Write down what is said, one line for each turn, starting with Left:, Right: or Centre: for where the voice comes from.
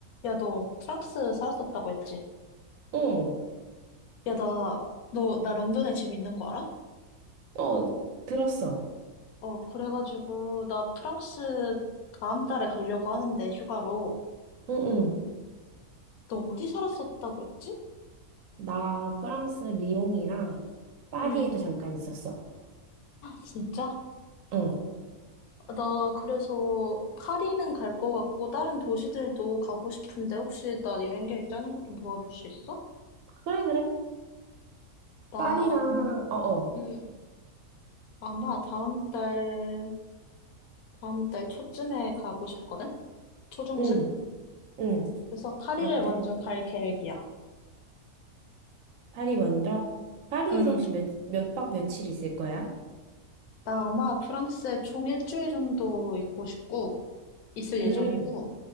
Left: 야, 너 프랑스 살았었다고 했지?
Right: 응,
Left: 야, 나, 너, 나 런던에 지금 있는 거 알아?
Right: 어, 들었어.
Left: 어, 그래가지고, 나 프랑스 다음 달에 가려고 하는데, 휴가로.
Right: 응, 응.
Left: 너 어디 살았었다고 했지?
Right: 나 프랑스 리옹이랑 파리에도
Left: 응,
Right: 잠깐 있었어.
Left: 진짜?
Right: 응.
Left: 나 그래서 파리는 갈 거 같고, 다른 도시들도 가고 싶은데, 혹시 나 여행 계획 짜는 것 좀 도와줄 수 있어?
Right: 그래, 그래.
Left: 나
Right: 파리랑,
Left: 아마,
Right: 어, 어.
Left: 응. 아마 다음 달, 다음 달 초쯤에 가고 싶거든? 초중순?
Right: 응, 응.
Left: 그래서 파리를
Right: 다음 달,
Left: 먼저
Right: 주-
Left: 갈 계획이야.
Right: 파리 먼저? 파리에서
Left: 응
Right: 혹시 몇, 몇 박 며칠 있을 거야?
Left: 나 아마 프랑스에 총 일주일 정도 있고 싶고, 있을 예정이고,
Right: 응,